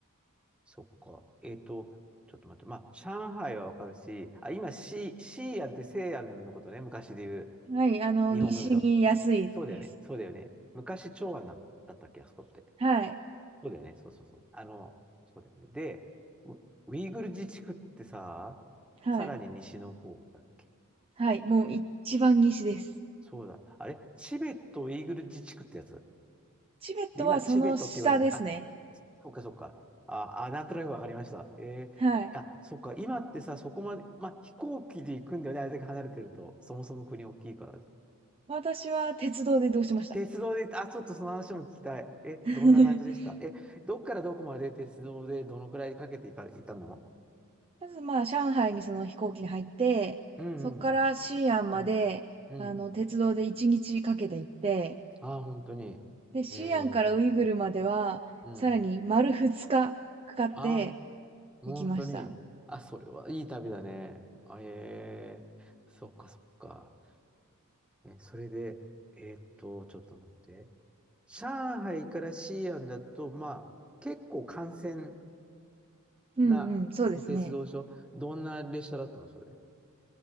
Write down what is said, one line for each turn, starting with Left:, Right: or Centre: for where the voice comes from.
Centre: そっか。えっと、ちょっと待って。まあ、上海はわかるし、あ、今、シー、シーアンって西安のことね、昔で言う。
Right: はい、あの、
Centre: 日本語でもそう。
Right: 西に安いです。
Centre: そうだよね。そうだよね。昔、長安なんだったっけ、あそこって。
Right: はい、
Centre: そうだよね。そうそうそう。あの、そうだよね。で、ウ、ウイグル自治区ってさ、
Right: はい、
Centre: さらに西の方だっけ
Right: はい、もう一番西です。
Centre: そうだ。あれチベットウイグル自治区ってやつ
Right: チベットはその下ですね。
Centre: で、今、チベットって言われるの。あ、そっかそっか。あ、あ、なんとなくわかりました。えー、
Right: はい。
Centre: あ、そっか。今ってさ、そこまで、まあ、飛行機で行くんだよね。あれだけ離れてると。そもそも国大きいから。
Right: 私は鉄道で移動しました。
Centre: 鉄道で、あ、ちょっとその話も聞きたい。え、
Right: <laughs>
Centre: どんな感じでしたえ、どっからどこまで鉄道でどのくらいかけていか、行ったの
Right: まずまあ、上海にその飛行機に入って、
Centre: うん、
Right: そこから西安まで、
Centre: うん、うん。うん
Right: あの、鉄道で一日かけて行って、
Centre: ああ、本当に。
Right: で、シアンからウイグルまでは、
Centre: ええ、うん。
Right: さらに丸2日かかかって
Centre: ああ、本当に。
Right: 行きました。
Centre: あ、それはいい旅だね。あ、ええ、そっかそっか。え、それで、えーっと、ちょっと待って。上海から西安だと、まあ、結構幹線
Right: うんうん、
Centre: なお鉄道所。
Right: そうですね。
Centre: どんな列車だったの、それ。